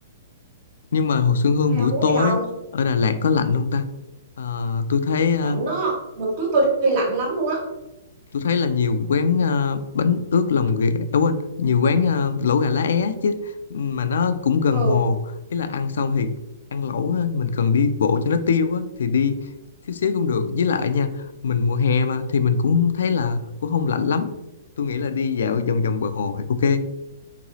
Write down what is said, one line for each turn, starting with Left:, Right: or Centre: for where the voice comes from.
Left: nhưng mà hồ Xuân Hương
Right: hay
Left: buổi
Right: ông muốn
Left: tối
Right: đi đâu
Left: ở Đà Lạt có lạnh không ta Ờ, tôi thấy ờ,
Right: lạnh đó đợt trước tôi đi lạnh lắm luôn á
Left: tôi thấy là nhiều quán ờ, bánh ướt lòng ghẹ à, quên nhiều quán ờ, lẩu gà lá é chứ mà nó cũng gần
Right: ừ
Left: hồ ý là ăn xong thì ăn lẩu á, mình cần đi bộ cho nó tiêu á thì đi xíu xíu cũng được với lại nha mình mùa hè mà thì mình cũng không thấy là cũng không lạnh lắm tôi nghĩ là đi dạo vòng vòng bờ hồ thì ok